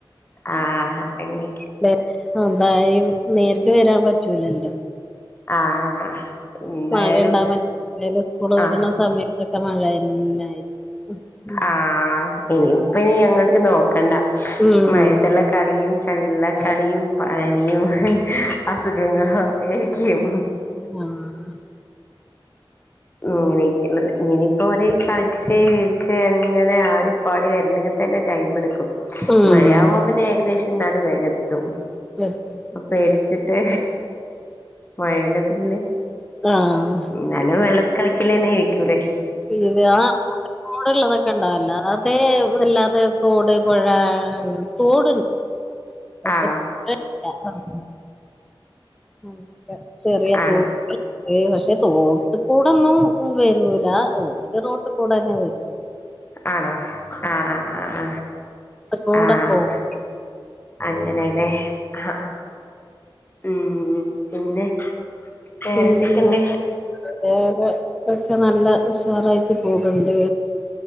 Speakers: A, on the left; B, in the centre.
A: ആഹ് അങ്ങനെയൊക്കെ
B: <unintelligible> നേരിട്ട് വരാൻ പറ്റൂലല്ലോ
A: ആഹ് എന്തായാലും
B: മഴണ്ടാവാൻ <unintelligible> സ്കൂള് വിട്ണ
A: ആഹ്
B: സമയത്തൊക്കെ മഴയന്നായിരിക്കും ഉം ഉം
A: ആഹ് ഇനിയിപ്പ ഇനി അങ്ങോട്ടേക്ക് നോക്കണ്ട
B: ഉം
A: മഴയത്തുള്ള കളിയും ചളിയിലുള്ള
B: അതെ
A: കളിയും പനിയും അസുഖങ്ങളും ഒക് ക്കേരിക്കും
B: ആഹ്
A: ഇങ്ങനെയൊക്കെള്ളത് ഇന്നിനി ഇപ്പോ അവര് കളിച്ച് ചിരിച്ച് അങ്ങനെ ആടി പാടി വരണെങ്കി തന്നെ ടൈം എടുക്കും
B: ഉം
A: മഴയാകുമ്പോ പിന്നെ ഏകദേശം എന്നാലും വേഗം എത്തും
B: എത്തും
A: പേടിച്ചിട്ട് മഴേൻ്റെതില്
B: ആഹ്
A: ഇന്നാലും വെള്ളത്ത് കളിക്കല് തന്നേരിക്കൂലേ
B: ഇല്ല തോടുള്ളതൊക്കെ ഉണ്ടാവല്ലോ അതെ വല്ലാതെ തോട് പുഴ അങ്ങനെ തോടുണ്ട് പക്ഷേ
A: ആണോ
B: <unintelligible> ഇല്ല ആഹ് <unintelligible> ചെറിയ
A: ആണ്
B: തോട് ഏയ് പക്ഷെ തോട്ട് കൂടൊന്നും വരൂല ഓല് റോട്ട് കൂടെ ന്നെ വരൂ
A: ആണോ ആഹ് ആഹ്
B: കൂടെ
A: ആഹ് ആഹ്
B: പോവും
A: അങ്ങനെല്ലേ ആഹ് ഉം പിന്നെ വേറെന്തൊക്കെണ്ട്
B: പിന്നെന്താ വേറെ ഒക്കെ നല്ല ഉഷാറായിട്ട് പോക്ന്ന്ണ്ട്